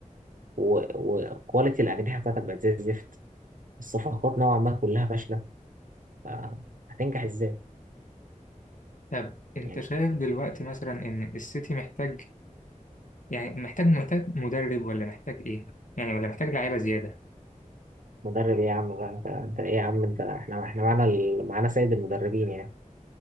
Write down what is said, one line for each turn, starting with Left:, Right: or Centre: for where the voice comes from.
Right: و- وكواليتي الاجنحه بتاعتك بقت زي الزفت الصفقات نوعا ما كلها فاشله آه، هتنجح ازاي
Left: طب أنت
Right: يعني
Left: شايف دلوقتي مثلا إن السيتي محتاج يعني محتاج محتاج مدرب ولا محتاج إيه؟ يعني ولا محتاج لعيبة زيادة؟
Right: مدرب ايه يا عم بقى انت انت ايه يا عم انت احنا احنا معانا ال... معانا سيد المدربين يعني